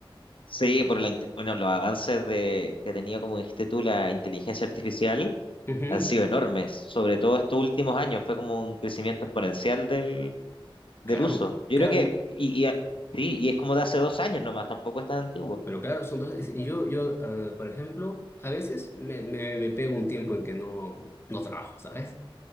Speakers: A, on the left; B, on the left.
A: sí, por la, inte- bueno, los avances de, que ha tenido, como dijiste tú, la inteligencia artificial
B: Ujú,
A: han sido enormes, sobre todo estos últimos años, fue como un crecimiento exponencial del, del
B: Claro,
A: uso. Yo
B: claro,
A: creo que,
B: yo,
A: y, y, a- sí, y es como de hace dos años nomás, tampoco es tan antiguo.
B: Pero claro, son dos. Y yo, yo eh, por ejemplo, a veces me, me, me pego un tiempo en que no, no trabajo, ¿sabes?